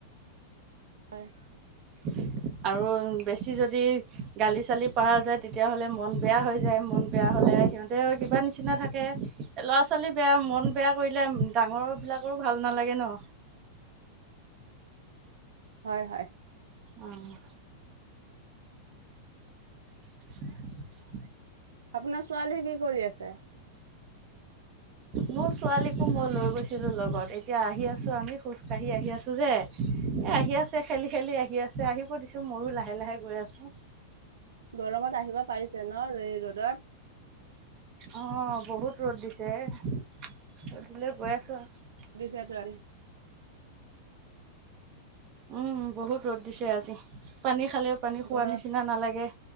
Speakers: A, on the right; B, on the right.
A: হয়
B: উম আৰু বেছি যদি গালি চালি পৰা যায় তেতিয়াা হ'লে মন বেয়া হৈ যায় মন বেয়া হলে সিহঁতে কিবা নিচিনা থাকে ল'ৰা ছোৱালী বেয়া মন বেয়া কৰিলে ডাঙৰ বিলাকৰো ভাল নালাগে ন
A: হয় হয়
B: অঁ <unintelligible>
A: আপোনাৰ ছোৱালীয়ে কি কৰি আছে
B: মোৰ ছোৱালীকো মই লৈ গৈছিলো লগত এতিয়া আহি আছো আমি খোজ কাঢ়ি আহি আছো যে আহি আছে খেলি খেলি আহি আছে আহিব দিছো মইো লাহে লাহে গৈ আছো
A: গৰমত আহিব পাৰিছে ন এই ৰ'দত
B: অ বহুত ৰ'দ দিছে ৰধিলৈ গৈ আছো আৰু
A: দিছে তাৰে
B: উম বহুত ৰ'দ দিছে আজি পানী খালেও পানী খোৱা
A: গৰম
B: নিচিনা নালাগে